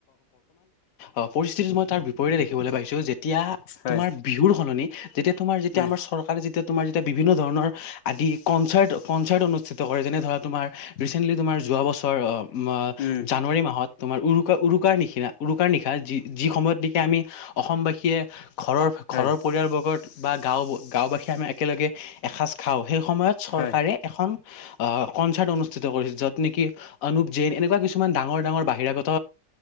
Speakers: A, on the left; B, on the left.
A: অগ পৰিস্থিতিত মই তাৰ বিপৰীতে দেখিবলৈ পাইছো যে তিয়া
B: হয়
A: তোমাৰ বিহুৰ সলনি যেতিয়া তোমাৰ যেতিয়া
B: উম
A: আমাৰ চৰকাৰে যেতিয়া তোমাৰ যেতিয়া বিভিন্ন ধৰণৰ আদি কনচাৰ্ট -কনচাৰ্ট অনুষ্ঠিত কৰে যেনে ধৰা তোমাৰ ৰিচেণ্টলি তোমাৰ যোৱা বছৰ আহ,
B: উম
A: জানুৱাৰী মাহত তোমাৰ উৰুকা- উৰুকাৰ নিশিনা উৰুকাৰ নিশা যি যি সময়ত নেকি আমি অসমবাসীয়ে ঘৰৰ-
B: হয়
A: ঘৰৰ পৰিয়ালবৰ্গত বা গাঁও গাঁওবাসীয়ে আমি একেলগে এসাঁজ খাওঁ সেই সময়ত চৰকাৰে
B: হয়
A: এখন অহ, কনচাৰ্ট অনুষ্ঠিত কৰিছিল যত নেকি অনুপ জৈন এনেকুৱা কিছুমান ডাঙৰ -ডাঙৰ বাহিৰাগত